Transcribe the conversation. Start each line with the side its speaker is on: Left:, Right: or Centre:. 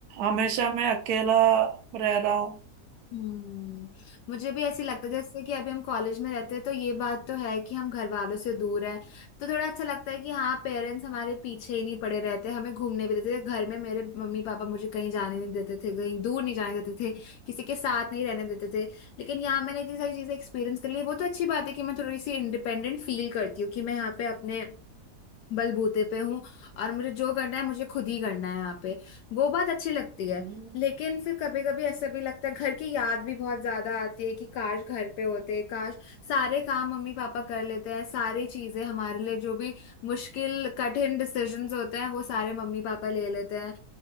Right: हमेशा मैं अकेला रह रहा हूँ
Left: हम्म मुझे भी ऐसे लगता है जैसे कि अभी हम कॉलेज में रहते हैं तो ये बात तो है कि हम घर वालों से दूर हैं तो थोड़ा अच्छा लगता है कि हाँ पेरेंट्स हमारे पीछे ही नहीं पड़े रहते हमें घूमने भी देते थे घर में मेरे मम्मी पापा मुझे कहीं जाने नहीं देते थे कहीं दूर नहीं जाने देते थे किसी के साथ नहीं रहने देते थे लेकिन यहाँ मैंने इतनी सारी चीजें एक्सपीरियंस कर ली वो तो अच्छी बात है कि मैं थोड़ी सी इंडिपेंडेंट फील करती हूँ कि मैं यहाँ पे अपने बलबूते पे हूँ और मुझे जो करना है मुझे खुद ही करना है यहाँ पे वो बात अच्छी लगती है
Right: हम्म
Left: लेकिन फिर कभी कभी ऐसा भी लगता है घर की याद भी बहुत ज्यादा आती है कि काश घर पे होते काश सारे काम मम्मी पापा कर लेते हैं सारी चीजें हमारे लिए जो भी मुश्किल कठिन डिसीजंस होते हैं वो सारे मम्मी पापा ले लेते हैं